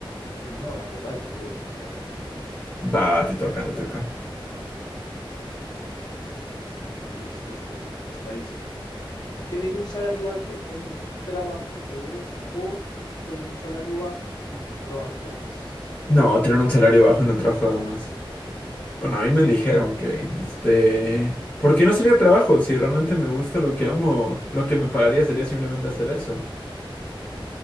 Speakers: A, on the left (about 50°); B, on the left (about 20°).
A: Y no, la Copa del Mundo definitivamente.
B: Va, va, te toca, te toca.
A: Listos, pues, de esta dice Tener un salario alto en un trabajo que odias o tener un salario bajo en un trabajo que amas.
B: No, tener un salario bajo en un trabajo nada más. Bueno, a mí me
A: Sí.
B: dijeron que, este... ¿Por qué no sería trabajo? Si realmente me gusta lo que amo, lo que me pagaría sería simplemente hacer eso.